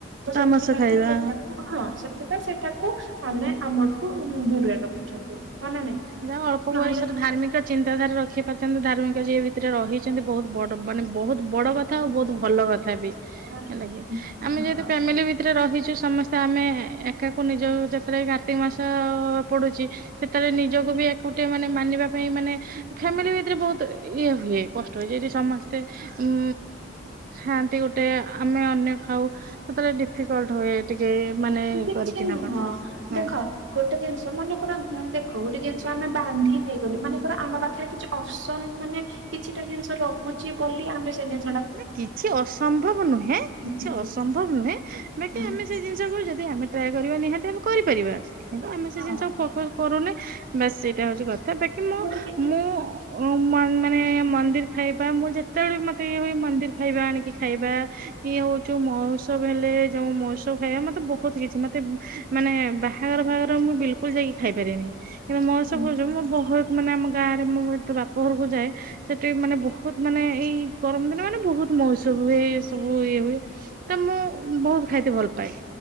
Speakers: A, on the right; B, on the right.
A: ତ
B: ତାମସ
A: ସେଥିଲାଗି
B: ଖାଇବା।
A: ସେ ତାକୁ ହଁ ସେଥିପାଇଁ ସେଇଟାକୁ ଆମେ ଆମଠୁ ଦୂରରେ ରଖୁଛନ୍ତି। ହଁ ନା ନାଇଁ
B: ଯାହା ହଉ ଅଳ୍ପ
A: ନହେଲେ
B: ବୟସରେ ଧାର୍ମିକ ଚିନ୍ତା ଧାରା ରଖି ପାରିଚନ୍ତି ଧାର୍ମିକ ଯିଏ ଭିତରେ ରହିଚନ୍ତି ବହୁତ ବଡ ମାନେ ବହୁତ ବଡ କ ଥା ଆଉ ବହୁତ ଭଲ କଥା ବି
A: ହୁଁ
B: ହେଲାକି। ଆମେ ଯେହେତୁ ଫ୍ୟାମିଲି ଭିତରେ ରହିଛୁ ସମସ୍ତେ ଆମେ ଏକାକୁ ନିଜ ଯାତ୍ରା କା ର୍ତ୍ତିକ୍ ମାସ ପଡୁଚି ସେତବେଳେ ନିଜକୁ ବି ଏକୁଟିଆ ମାନେ ମାନିବା ପାଇଁ ମାନେ ଫ୍ୟାମିଲି ଭିତରେ ବହୁତ ଇଏ ହୁଏ କଷ୍ଟ ଯଦି ସମସ୍ତେ ଉଁ ଖାଆନ୍ତି ଗୋଟେ ଆମେ ଅନ୍ୟ ଖାଉ ସେତେବେଳେ ଡିଫିକଲଟ୍ ହୁଏ। ଟିକେ ମାନେ
A: କିଛି
B: କରିକି
A: ନୁହଁ
B: ନବା ହଁ।
A: ଦେଖ ଗୋଟେ ଜିନିଷ ମନେକର ଦେଖ ଗୋଟେ ଜିନିଷ ଆମେ ବାନ୍ଧି ନେଇଗଲେ ମନେକର ଆମ ପାଖରେ କିଛି ଅପସନ୍ ମାନେ କିଛିଟା ଜିନିଷ ରହୁଚି ବୋଲି ଆମେ ସେ ଜିନି
B: ନା କିଛି ଅସମ୍ଭବ ନୁହେଁ
A: ହୁଁ
B: କିଛି
A: ହୁଁ,
B: ଅସମ୍ଭବ ନୁହେଁ ବାକି
A: ହୁଁ,
B: ଆମେ ସେ ଜିନିଷ କୁ ଯ ଦି ଆମେ ଟ୍ରାଏ କରିବା ନିହାତି ଆମେ କରିପାରିବା। କିନ୍ତୁ ଆମେ
A: ହଁ
B: ସେ ଜିନିଷକୁ ଫୋକେଶ୍ କରୁନେ। ବାସ୍ ସେଇଟା ହୋଉଚି କଥା ବାକି ମୁଁ
A: ଗୋଟେ କି-
B: ମୁଁ ଓ ମାନେ ମନ୍ଦିର୍ ଖାଇବା ମୁଁ ଯେତେବେଳେ ମତେ ଇଏ ହୁଏ ମନ୍ଦିର୍ ଖାଇବା ଆଣିକି ଖାଇବା। ଇଏ ହୋଉଚି ମହୋତ୍ସବ ହେଲେ ଯୋଉ ମହୋତ୍ସବ ଖାଇବା ମତେ ବୋହୁତ କିଛି ମତେ ମାନେ ବାହାଘର ଫାହାଘର ମୁଁ ବିଲକୁଲ ଯାଇକି ଖାଇପାରେନି କିନ୍ତୁ ମହୋତ୍ସବ
A: ହୁଁ
B: ଫହୋତ୍ସବ ମୁଁ ବୋହତ୍ ମାନେ ଆମ ଗାଁରେ ମୁଁ ଏତେ ବାପ ଘରକୁ ଯାଏ ସେଠି ମାନେ ବୋହୁତ ମାନେ ଏଇ ଗରମ ଦିନ ମାନେ ବୋହୁତ ମହୋତ୍ସବ ‌ହୁଏ ସବୁ ଇଏ ହୁଏ। ତ ମୁଁ ବୋହୁତ ଖାଇତେ ଭଲ ପାଏ।